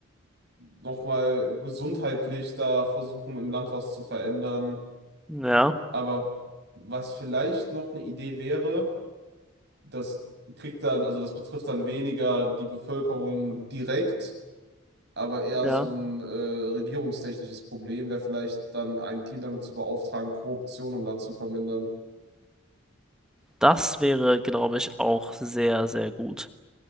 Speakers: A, on the right (about 55°); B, in the centre.
A: nochmal gesundheitlich da versuchen, im Land was zu verändern
B: Ja,
A: Aber was vielleicht noch eine Idee wäre, das kriegt dann, also das betrifft dann weniger die Bevölkerung direkt, aber eher
B: ja.
A: so ein äh, regierungstechnisches Problem, wäre vielleicht dann ein Team damit zu beauftragen, Korruption im Land zu vermindern.
B: Das wäre, glaube ich, auch sehr, sehr gut.